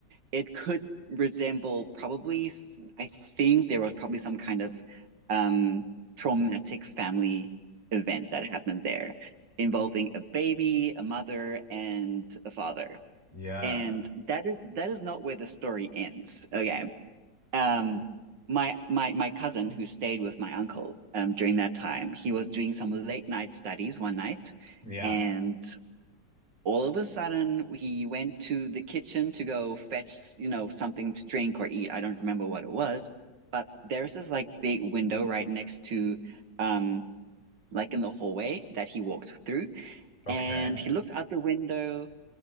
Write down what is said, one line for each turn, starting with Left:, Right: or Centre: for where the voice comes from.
Right: it could resemble probably, I think there was probably some kind of um, traumatic family event that happened there involving a baby, a mother, and a father.
Left: Yeah.
Right: and that is that is not where the story ends. Okay. Um my my my cousin who stayed with my uncle um during that time, he was doing some late night studies one night
Left: Yeah.
Right: and all of a sudden he went to the kitchen to go fetch, you know, something to drink or eat. I don't remember what it was, but there's this like big window right next to um like in the hallway that he walked through
Left: Okay.
Right: and he looked out the window